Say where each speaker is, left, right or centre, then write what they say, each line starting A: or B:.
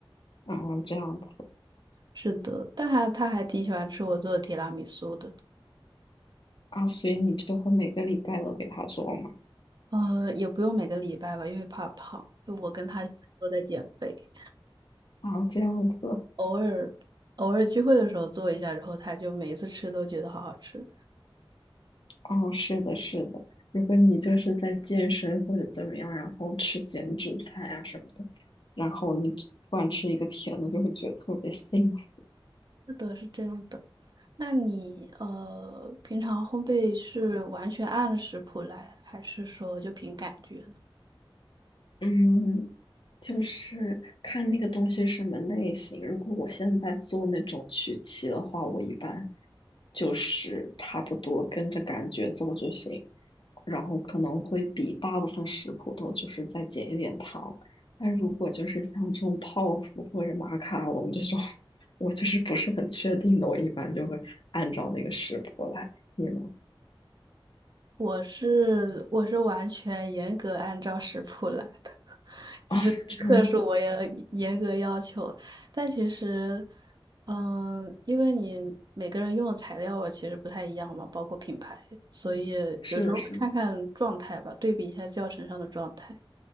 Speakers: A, on the left; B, on the right.
A: 啊，这样子
B: 是的，但还他还挺喜欢吃我做的提拉米苏的。
A: 啊，所以你就会每个礼拜都给他做吗？
B: 呃，也不用每个礼拜吧，因为怕胖。就我跟他都在减肥，
A: 啊，这样子，
B: 偶尔偶尔聚会的时候做一下，然后他就每一次吃都觉得好好吃。
A: 哦，是的，是的。如果你就是在健身或者怎么样，然后吃减脂菜啊什么的，然后你突然吃一个甜的，就会觉得特别幸福。
B: 是的，是这样的。那你呃，平常烘焙是完全按食谱来，还是说就凭感觉？
A: 嗯，就是看那个东西是什么类型。如果我现在做那种曲奇的话，我一般就是差不多跟着感觉做就行，然后可能会比大部分食谱都就是再减一点糖。但如果就是像这种泡芙或者马卡龙这种，我就是不是很确定的，我一般就会按照那个食谱来。你呢？
B: 我是我是完全严格按照食谱来的，<laughs> 就是克数我也严格要求。
A: 啊，这样子，
B: 但其实，嗯，因为你每个人用的材料啊其实不太一样嘛，包括品牌，所以有时候会看看状态吧，
A: 是的，是的，
B: 对比一下教程上的状态，